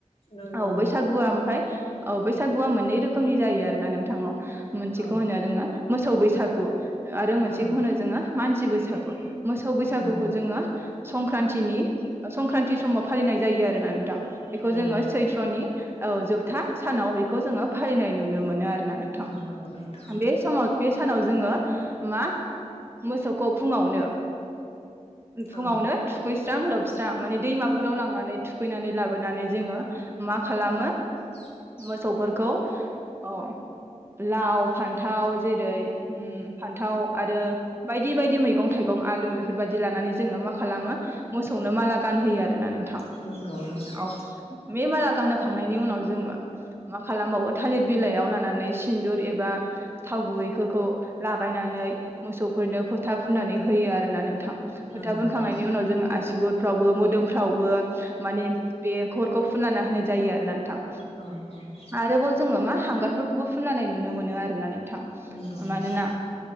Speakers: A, on the left; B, on the right.
A: नंगौ
B: औ
A: नोंथां
B: बैसागुआ ओमफ्राय औ बैसागुआ मोननै रोखोमनि जायो आरो ना नोंथां‌ औ मोनसेखौ
A: औ
B: होनो जोङो मोसौ बैसागु आरो मोनसेखौ
A: औ
B: होनो जोङो मानसि बैसागु मोसौ बैसागुखौ
A: नंगौ
B: जोङो संक्रान्तिनि संक्रान्ति समाव फालिनाय जायो आरोना नोंथां बेखौ
A: नंगौ
B: जोङो सैथ्र'नि औ जोबथा सानाव बेखौ जोङो फालिनाय नुनो मोनो आरो। ना नोंथां
A: नंगौ नोंथां
B: बे समाव बे सानाव जोङो मा मोसौखौ फुङावनो फुङावनो
A: औ
B: थुखैस्रां लोबस्रां माने दैमाफोराव लांनानै थुखैनानै लाबोनानै जोङो मा खालामो
A: <unintelligible>
B: मोसौफोरखौ औ लाव फान्थाव जेरै उम फान्थाव आरो बायदि बायदि मैगं थाइगं आलु बेफोरबादि लानानै जोङो मा खालामो मोसौनो माला गानहोयो आरो ना नोंथां।
A: नंगौ नोंथां
B: औ बे माला गानहोखांनायनि उनाव जोङो मा खालामबावो थालिर बिलाइयाव लानानै सिन्दुर एबा थाव गुबैफोरखौ लागायनानै मोसौफोरनो फोथा फुननानै होयो आरोना नोंथां
A: नंगौ
B: फोथा फुनखांनायनि
A: नों
B: उनाव जों आसुगुर -फ्रावबो मोदोमफ्रावबो माने बे खरखौ फुननानै होनाय जायो आरो ना नोंथां।
A: औ औ
B: आरोबाव जोङो मा हांगारफोरखौबो फुनलानाय नुनो मोनो आरोना नों थां
A: नंगौ नोंथां
B: मानोना,